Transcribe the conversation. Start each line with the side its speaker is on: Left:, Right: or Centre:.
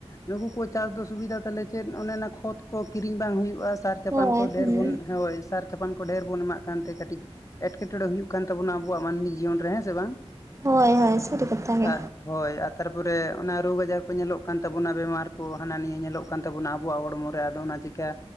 Left: ᱱᱩᱠᱩ ᱠᱚ ᱪᱟᱥ ᱫᱚ ᱥᱩᱵᱤᱫᱟ ᱛᱟᱞᱮ᱾ ᱪᱮᱫ ᱚᱱᱮ ᱚᱱᱟ ᱠᱷᱚᱛ ᱠᱚ ᱠᱤᱨᱤᱧ ᱵᱟᱝ ᱦᱩᱭᱩᱜ-ᱟ᱾ ᱥᱟᱨ, ᱪᱟᱯᱟᱱ
Right: ᱦᱳᱭ
Left: ᱠᱚ ᱰᱷᱮᱨ
Right: ᱦᱮᱸ
Left: ᱵᱚᱱ ᱦᱳᱭ ᱥᱟᱨ ᱛᱟᱯᱟᱱ ᱠᱚ ᱰᱷᱮᱨ ᱵᱚᱱ ᱮᱢᱟᱜ ᱠᱟᱱᱛᱮ ᱠᱟᱹᱴᱤᱡ ᱮᱴᱠᱮᱴᱚᱬᱮ ᱦᱩᱭᱩᱜ ᱠᱟᱱ ᱛᱟᱵᱚᱱᱟ ᱟᱵᱚᱣᱟᱜ ᱢᱟᱹᱱᱢᱤ ᱡᱤᱭᱚᱱ ᱨᱮ ᱦᱮᱸ ᱥᱮ ᱵᱟᱝ?
Right: ᱦᱳᱭ ᱦᱳᱭ ᱥᱟᱹᱨᱤ ᱠᱟᱛᱷᱟ ᱜᱮ᱾
Left: ᱛᱟᱜ ᱦᱳᱭ ᱟᱨ ᱛᱟᱨᱯᱚᱨᱮ ᱚᱱᱟ ᱨᱳᱜ ᱟᱡᱟᱨ ᱠᱚ ᱧᱮᱞᱚᱜ ᱠᱟᱱ ᱛᱟᱵᱚᱱᱟ ᱵᱮᱢᱟᱨ ᱠᱚ ᱦᱟᱱᱟ ᱱᱤᱭᱟᱹ ᱧᱮᱞᱚᱜ ᱠᱟᱱ ᱛᱟᱵᱚᱱᱟ ᱟᱵᱚᱣᱟᱜ ᱦᱚᱲᱢᱚ ᱨᱮ ᱟᱫᱚ ᱚᱱᱟ ᱪᱤᱠᱟᱹ